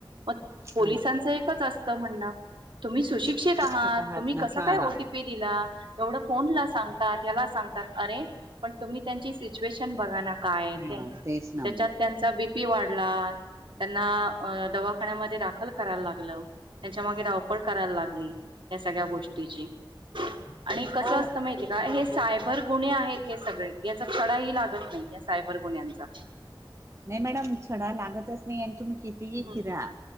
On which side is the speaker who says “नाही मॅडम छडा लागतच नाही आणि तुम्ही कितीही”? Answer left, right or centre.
Right